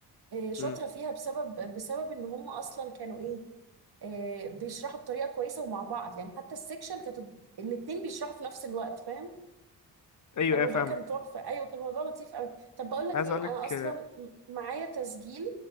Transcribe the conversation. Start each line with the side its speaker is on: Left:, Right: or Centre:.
Right: إيه، شاطره
Left: مم.
Right: فيها بسبب بسبب ان هم اصلا كانوا ايه آه، بيشرحوا بطريقه كويسه ومع بعض يعني حتى السكشن كانت الاتنين بيشرحوا في نفس الوقت فاهم
Left: ايوه
Right: فالموضوع
Left: ايوه فاهمك
Right: كان تحفه ايوه كان الموضوع لطيف قوي طب بقول لك
Left: عايز
Right: ايه
Left: اقول
Right: انا
Left: لك
Right: اصلا
Left: آه،
Right: م- معايا تسجيل